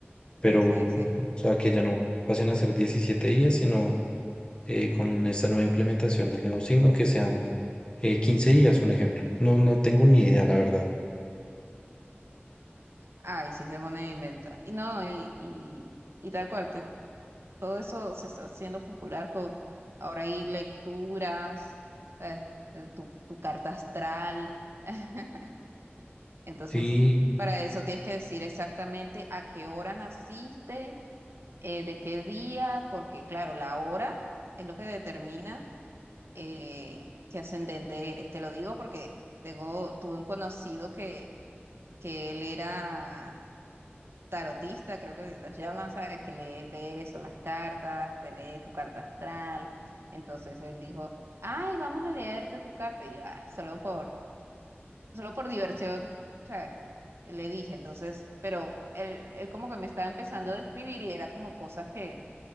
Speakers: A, on the left; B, on the right.
A: pero,
B: sí, sí,
A: o
B: sí.
A: sea, que ya no pasen a ser 17 días, sino eh, con esta nueva implementación del nuevo signo que sean eh, 15 días, un ejemplo. No, no tengo ni idea, la verdad.
B: Ay, sí se pone a inventa. Y no, y, y, y tal cual, te- todo eso se está haciendo popular con, ahora hay lecturas, ¿sabes? El- Tu, tu carta astral. <laughs> Entonces,
A: Sí,
B: para eso tienes que decir exactamente a qué hora naciste, eh, de qué día, porque claro, la hora es lo que determina eh, qué ascendente eres. Te lo digo porque tengo, tuve un conocido que, que él era tarotista, creo que los llama, ¿sabes? Que lee, lee eso, las cartas, te lee tu carta astral. Entonces él dijo, ay, vamos a leerte tu carta. Y yo, "Ah, solo por, solo por diversión, ¿sabes? Le dije, entonces, pero él, él como que me estaba empezando a describir y era como cosas que